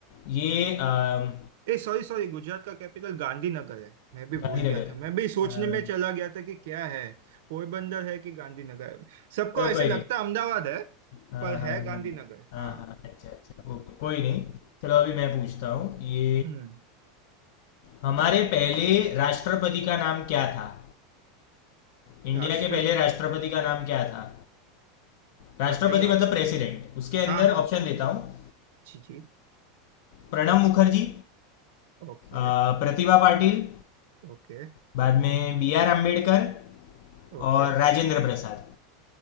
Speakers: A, on the left; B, on the right.
A: ये अम,
B: ए सॉरी सॉरी गुजरात का कैपिटल गांधीनगर है मैं भी
A: गांधीनगर
B: भूल गया था मैं
A: <laughs>
B: भी सोचने
A: अम,
B: में चला गया था कि क्या है पोरबंदर है कि गांधीनगर है सबको
A: चलो
B: ऐसे
A: कोई
B: लगता
A: नहीं
B: है अहमदाबाद है
A: हाँ
B: पर
A: हाँ
B: है गांधीनगर
A: हाँ हाँ
B: हाँ
A: हाँ, अच्छा अच्छा ओके कोई नहीं चलो अभी मैं पूछता हूँ ये
B: हम्म
A: हमारे पहले राष्ट्रपति का नाम क्या था इंडिया
B: राष्ट्रपति
A: के पहले राष्ट्रपति का नाम क्या था राष्ट्रपति
B: बताइए ऑप्शंस
A: मतलब प्रेसिडेंट उसके अंदर
B: हाँ हाँ
A: ऑप्शन देता हूँ
B: जी जी
A: प्रणब मुखर्जी
B: ओके
A: अ, प्रतिभा पाटिल
B: Okay
A: बाद में बी आर अम्बेडकर
B: okay
A: और राजेंद्र प्रसाद